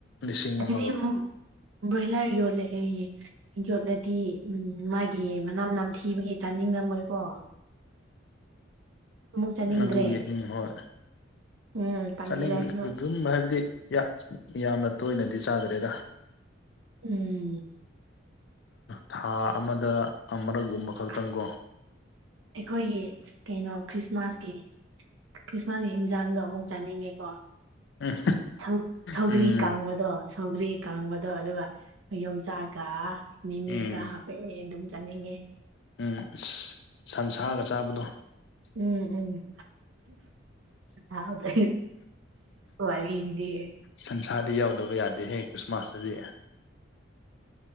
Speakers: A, on the left; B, on the right.
A: ꯂꯤꯁꯤꯡ
B: ꯑꯗꯨꯗꯤ
A: ꯑꯃꯒ
B: ꯑꯃꯨꯛ ꯕ꯭ꯔꯣꯏꯂꯔ ꯌꯣꯜꯂꯦ ꯑꯦ ꯌꯣꯠꯂꯗꯤ ꯎꯝ ꯃꯥꯒꯤ ꯃꯅꯥꯝ ꯅꯝ ꯊꯤꯕꯒꯤ ꯆꯥꯅꯤꯡꯉꯝꯃꯣꯏꯀꯣ ꯑꯃꯨꯛ ꯆꯥꯅꯤꯡꯗ꯭ꯔꯦ
A: ꯑꯗꯨꯒꯤ ꯎꯝ ꯍꯣꯏ
B: ꯎꯝ ꯇꯜꯂꯤ
A: ꯆꯅꯤꯡ
B: ꯑꯩꯁꯨ
A: ꯑꯗꯨꯝ ꯍꯥꯏꯕꯗꯤ <unintelligible> ꯌꯥꯝꯅ ꯇꯣꯏꯅꯗꯤ ꯆꯥꯗ꯭ꯔꯦꯗ
B: ꯎꯝ
A: ꯊꯥ ꯑꯃꯗ ꯑꯃꯔꯛꯒꯨꯝꯕ ꯈꯛꯇꯪ
B: ꯑꯁ
A: ꯀꯣ
B: ꯑꯩꯈꯣꯏꯒꯤ ꯀꯩꯅꯣ ꯈ꯭ꯔꯤꯁꯃꯥꯁꯀꯤ ꯈ꯭ꯔꯤꯁꯃꯥꯁꯀꯤ ꯍꯦꯟꯖꯥꯡꯗꯣ ꯑꯃꯨꯛ ꯆꯥꯅꯤꯡꯉꯦꯀꯣ
A: ꯎꯝ
B: ꯁꯧ ꯁꯧꯒ꯭ꯔꯤ
A: ꯎꯝ
B: ꯀꯥꯡꯕꯗꯣ ꯁꯧꯒ꯭ꯔꯤ ꯀꯥꯡꯕꯗꯣ ꯑꯗꯨꯒ ꯌꯣꯡꯆꯥꯛꯒ ꯃꯤꯃꯤ
A: ꯎꯝ
B: ꯈꯔ ꯍꯥꯞ ꯍ ꯑꯗꯨꯝ ꯆꯠꯅꯤꯡꯉꯦ
A: ꯎꯝ ꯑ ꯁꯟꯁꯥꯒ ꯆꯥꯕꯗꯣ
B: ꯎꯝ ꯎꯝ ꯍꯥꯎꯗ ꯍꯕꯤꯖꯗꯤ
A: ꯁꯟꯁꯥꯔꯗꯤ ꯌꯥꯎꯗꯕ ꯌꯥꯗꯦꯍꯦ ꯈ꯭ꯔꯤꯁꯃꯥꯁꯇꯗꯤ